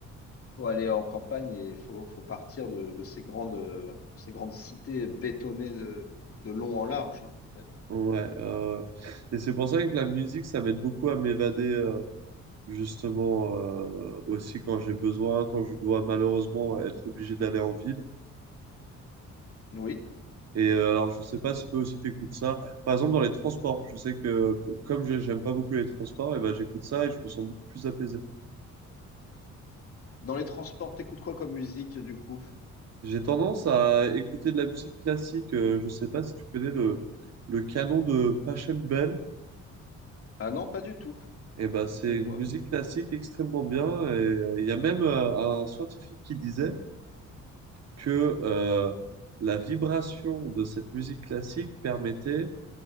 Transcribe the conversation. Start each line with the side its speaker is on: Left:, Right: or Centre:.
Left: faut aller en campagne et faut, faut partir de, de ces grandes, euh, ces grandes cités bétonnées de, de long en large. hein. Ouais.
Right: Ouais, euh, et c'est pour ça que la musique, ça m'aide beaucoup à m'évader, euh, justement, euh, aussi quand j'ai besoin, quand je dois malheureusement être obligé d'aller en ville.
Left: Oui.
Right: Et euh, alors, je sais pas si toi aussi t'écoutes ça. Par exemple, dans les transports, je sais que co- comme je- j'aime pas beaucoup les transports, et ben j'écoute ça et je me sens beaucoup plus apaisé.
Left: Dans les transports, t'écoutes quoi comme musique du coup?
Right: J'ai tendance à écouter de la musique classique. euh, je sais pas si tu connais le, le canon de Passion Bell.
Left: Ah non, pas du tout.
Right: Et ben, c'est
Left: C'est
Right: une
Left: quoi?
Right: musique classique extrêmement bien. Et euh, il y a même euh, un scientifique qui disait que euh, la vibration de cette musique classique permettait